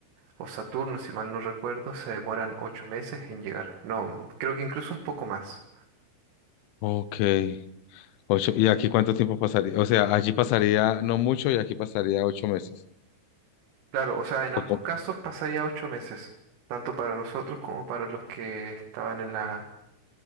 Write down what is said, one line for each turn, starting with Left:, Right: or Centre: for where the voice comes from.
Right: o Saturno, si mal no recuerdo, se demoran ocho meses en llegar. No, creo que incluso un poco más.
Left: Ok. Ocho, ¿y aquí cuánto tiempo pasaría? O sea, allí pasaría no mucho y aquí pasaría ocho meses.
Right: Claro, o sea, en ambos
Left: ¿O cómo?
Right: casos pasaría ocho meses, tanto para nosotros como para los que estaban en la,